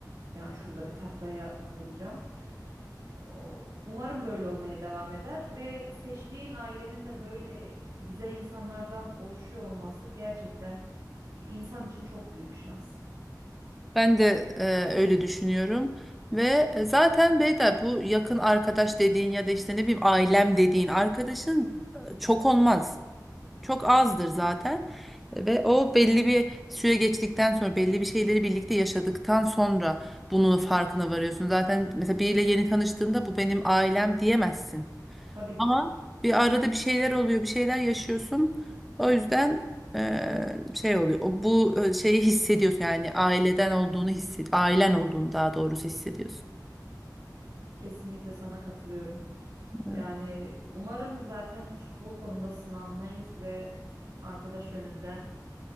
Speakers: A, on the right; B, in the centre.
A: Yani şurada bir tahtaya vuracağım. O- Umarım böyle olmaya devam eder ve seçtiğin ailenin de böyle güzel insanlardan oluşuyor olması gerçekten insan için çok büyük şans.
B: Ben de e, öyle düşünüyorum ve e, zaten Beyda bu yakın arkadaş dediğin ya da işte ne bileyim ailem dediğin arkadaşın e, çok olmaz. Çok azdır zaten ve o belli bir süre geçtikten sonra belli bir şeyleri birlikte yaşadıktan sonra bunun farkına varıyorsun. Zaten mesela biriyle yeni tanıştığında bu benim ailem diyemezsin.
A: Tabii
B: Ama
A: ki.
B: bir arada bir şeyler oluyor, bir şeyler yaşıyorsun. O yüzden eee, şey oluyor. O, bu e, şeyi hissediyorsun yani aileden olduğunu hissed, ailen olduğunu daha doğrusu hissediyorsun.
A: Kesinlikle sana katılıyorum.
B: Evet.
A: Yani umarım zaten hiç bu konuda sınanmayız ve arkadaş yönünden